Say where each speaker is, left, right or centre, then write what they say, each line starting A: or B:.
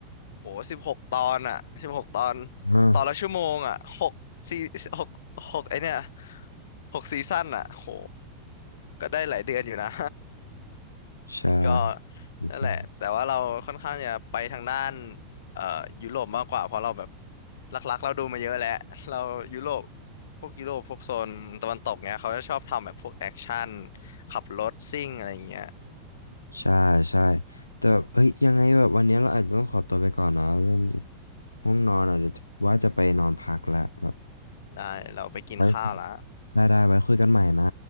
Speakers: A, on the left (about 60°); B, on the left (about 85°).
A: โหสิบหกตอนอ่ะสิบหกตอน
B: อ่า
A: ตอนละชั่วโมงอ่ะหกซีหกหกไอเนี่ยหกซีซั่นอ่ะโหก็ได้หลายเดือนอยู่นะ
B: ใช่
A: ก็นั่นแหละแต่ว่าเราค่อนข้างจะไปทางด้านเอ่อยุโรปมากกว่าเพราะเราแบบหลักๆเราดูมาเยอะแล้ว <laughs> เรายุโรปพวกยุโรปพวกโซนตะวันตกเนี้ยเขาจะชอบทำแบบพวกแอคชั่นขับรถซิ่งอะไรอย่างเงี้ย
B: ใช่ใช่แต่แบบเฮ้ยยังไงแบบวันนี้เราอาจจะต้องขอตัวไปก่อนนะเริ่มจะง่วงนอนอ่ะเดี๋ยวจะว่าจะไปนอนพักแล้วแบบ
A: ได้เราไปกินข้าวละ
B: ไว้คุยได้ได้ไว้คุยกันใหม่นะ